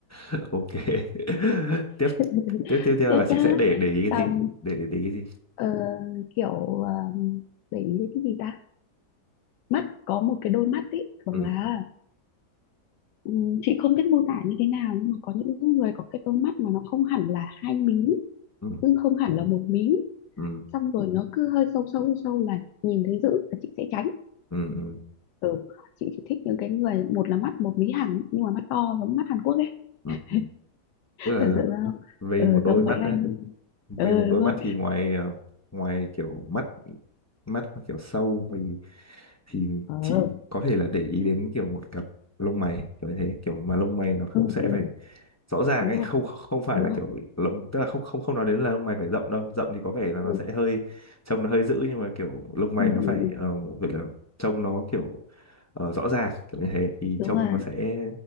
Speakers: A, on the left (about 25°); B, on the left (about 80°).
A: Ừ, <laughs> ok <laughs> tiếp
B: <laughs>
A: tiếp tiếp theo
B: tiếp
A: là chị
B: nhá
A: sẽ để để ý cái
B: xong
A: gì để để, để ý cái gì
B: ờ, kiểu ờ, để ý đến cái gì ta mắt có một cái đôi mắt ấy thường
A: ừ
B: là Ừ, chị không biết mô tả như thế nào nhưng mà có những người có cái đôi mắt mà nó không hẳn là hai mí
A: ừ
B: nhưng không hẳn là một mí
A: ừ
B: xong rồi nó cứ hơi sâu sâu sâu là nhìn thấy dữ là chị sẽ tránh
A: ừ ừ
B: ừ, chị chỉ thích những cái người một là mắt một mí hẳn nhưng mà mắt to giống mắt Hàn Quốc ấy <laughs>
A: ừ ừ. tức là
B: tưởng tượng ra không
A: về
B: ừ,
A: một đôi
B: giống
A: mắt
B: mấy anh
A: đấy. về
B: ừ
A: một
B: đúng
A: đôi
B: rồi
A: mắt thì ngoài ờ, ngoài kiểu mắt mắt mà kiểu sâu thì thì
B: ừ,
A: chị có thể là để ý đến kiểu một cặp lông mày kiểu như thế kiểu mà lông mày nó
B: ừ,
A: cũng sẽ
B: ừ,
A: phải rõ ràng
B: đúng
A: ấy
B: rồi
A: không không phải
B: đúng
A: là
B: rồi
A: kiểu lông tức là không không không nói đến là lông mày phải rậm đâu rậm thì có vẻ là
B: ừ,
A: nó sẽ hơi trông nó hơi dữ nhưng mà kiểu lông mày
B: ừ,
A: nó phải
B: ừ, ừ,
A: ờ, gọi là trông nó kiểu ờ, rõ ràng kiểu như thế thì
B: đúng
A: trông
B: rồi
A: nó sẽ